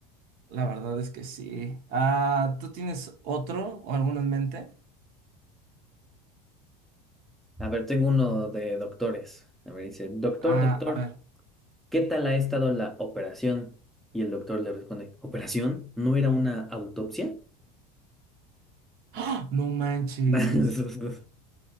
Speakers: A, on the right; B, in the centre.
A: La verdad es que sí. Ah, ¿tú tienes otro o alguno en mente?
B: A ver, tengo uno de doctores. A ver, dice, doctor,
A: Ah,
B: doctor,
A: a ver.
B: ¿qué tal ha estado la operación? Y el doctor le responde, ¿operación? ¿No era una autopsia?
A: ¡Ah! No manches.
B: <laughs> Eso